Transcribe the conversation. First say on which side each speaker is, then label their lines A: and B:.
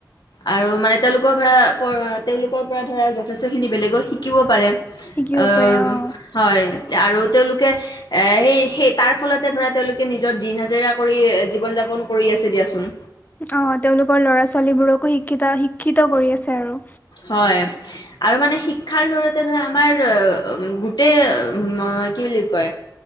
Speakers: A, on the left; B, on the left.
A: আৰু মানে তেওঁলোকৰ ধৰা তেওঁলোকৰ পৰা ধৰা যথেষ্টখিনি বেলেগো শিকিব পাৰে।
B: শিকিব
A: অঁম।
B: পাৰে অ
A: হয়, আৰু তেওঁলোকে এ সেই সেই তাৰ ফলতে ধৰা তেওঁলোক- কে নিজৰ দিন হাজিৰা কৰি জীৱন যাপন কৰি আছে দিয়াচোন।
B: অঁ তেওঁলোকৰ লৰা ছোৱালীবোৰকো শিক্ষিতা শিক্ষিত কৰি আছে আৰু।
A: হয়। আৰু মানে শিক্ষাৰ জৰিয়তে ধৰা আমাৰ গোটেই ম বুলি কয়?